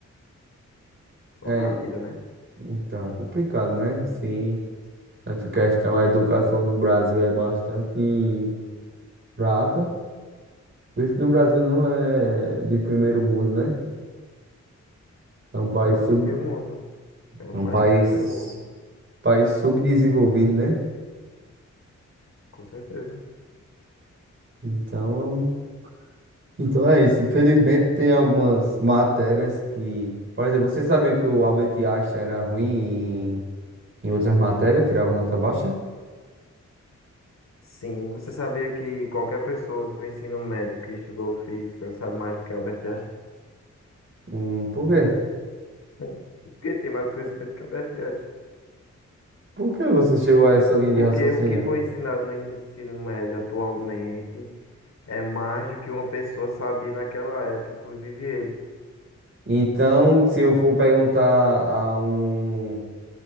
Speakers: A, on the left; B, on the right.
A: Só
B: É,
A: na vida, né?
B: então, é complicado, né? Sim, essa questão, a educação no Brasil é bastante fraca. Por isso que o Brasil não é de primeiro mundo, né? É um país
A: Não é
B: sub,
A: do primeiro mundo. É um
B: é um
A: país
B: país,
A: de terceiro mundo,
B: país subdesenvolvido, né?
A: com certeza.
B: Então, então é isso. Infelizmente tem algumas matérias que, por exemplo, você sabia que o Albert Einstein era ruim em, em outras matérias, tirava nota baixa?
A: Sim, você sabia que qualquer pessoa do ensino médio que estudou física sabe mais do que Albert Einstein?
B: Hum, por quê?
A: Bom, Porque tem mais conhecimento que Albert Einstein.
B: Por que você chegou a essa linha
A: Porque
B: de raciocínio?
A: o que foi ensinado no ensino médio atualmente é mais do que uma pessoa sabia naquela época, inclusive ele.
B: Então, se eu for perguntar a um